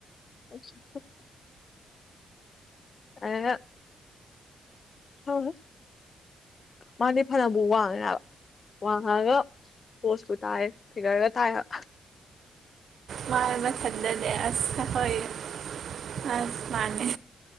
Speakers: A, on the left; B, on the right.
A: ꯑꯣ <unintelligible> ꯑ <unintelligible> <unintelligible> ꯎꯝ ꯃꯥꯗꯤ ꯐꯥꯅꯕꯨ ꯋꯥꯡꯉꯦ ꯍꯥꯏꯕ ꯋꯥꯡꯉꯒ ꯄꯣꯁꯄꯨ ꯇꯥꯏ ꯐꯤꯒꯔꯒ ꯇꯥꯏ ꯍꯥꯏꯕ
B: ꯃꯥ ꯃꯊꯟꯇꯅꯦ ꯑꯁ ꯑꯩꯈꯣꯏ <unintelligible> ꯃꯥꯟꯅꯦ